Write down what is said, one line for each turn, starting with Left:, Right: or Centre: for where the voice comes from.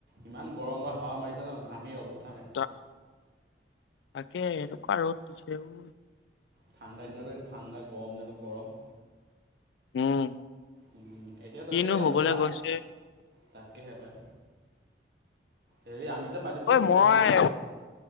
Right: ইমান গৰম গৰম হাৱা মাৰিছে নহয় ঘামি অৱস্থা নাই
Left: ত' তাকে এনেকুৱা ৰ'দ দিছে অ।
Right: ঠাণ্ডা দিনত ঠাণ্ডা গৰম দিনত গৰম।
Left: উম,
Right: উম, এতিয়া তই
Left: কিনো
Right: যে আমি
Left: হবলৈ
Right: যে পা
Left: গৈছে
Right: তাকেহে পাই। হেৰি আমি যে পাতিছিলোঁ
Left: ঐ
Right: পৰখিলে
Left: মই